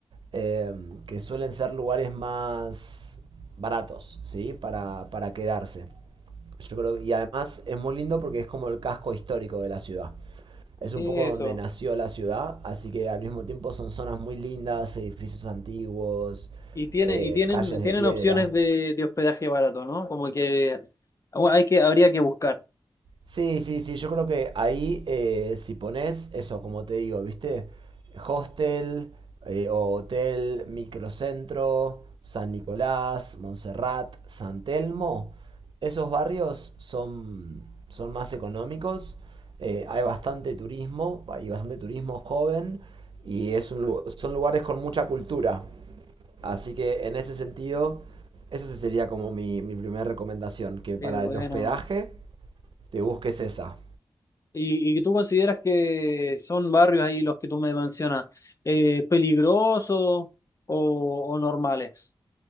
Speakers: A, on the right (about 85°); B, on the left (about 40°).
A: eh, que suelen ser lugares más baratos, ¿sí? Para, para quedarse. Yo creo, y además es muy lindo porque es como el casco histórico de la ciudad. Es
B: eso.
A: un poco donde nació la ciudad, así que al mismo tiempo son zonas muy lindas, edificios antiguos,
B: Y tienen,
A: eh,
B: y tienen,
A: calles
B: tienen
A: de piedra.
B: opciones de, de hospedaje barato, ¿no? Como que bueno, hay que, habría que buscar.
A: Sí, sí, sí, yo creo que ahí eh, si pones eso, como te digo, ¿viste? Hostel, eh, o hotel, microcentro, San Nicolás, Montserrat, San Telmo, esos barrios son, son más económicos, eh, hay bastante turismo, hay bastante turismo joven y es un lu- son lugares con mucha cultura. Así que en ese sentido, esa sería como mi, mi primera recomendación, que para
B: Eh, bueno.
A: el hospedaje te busques esa.
B: Y, y tú consideras que son barrios ahí los que tú me mencionas, eh, peligrosos o, o normales.